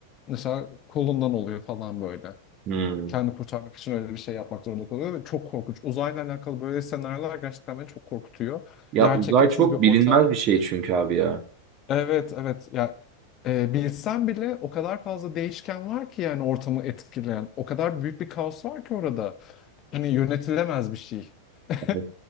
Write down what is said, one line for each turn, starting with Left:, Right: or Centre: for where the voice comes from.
Left: mesela kolundan oluyor falan böyle.
Right: Hmm.
Left: Kendi kurtarmak için öyle bir şey yapmak zorunda kalıyor ve çok korkunç. Uzayla alakalı böyle senaryolar gerçekten beni çok korkutuyor.
Right: Ya
Left: Yerçekimsiz
Right: uzay çok
Left: bir ortam.
Right: bilinmez bir şey çünkü abi ya.
Left: Evet, evet. Ya e, bilsen bile o kadar fazla değişken var ki yani ortamı etkileyen. O kadar büyük bir kaos var ki orada. Hani yönetilemez bir şey. <laughs>
Right: Hani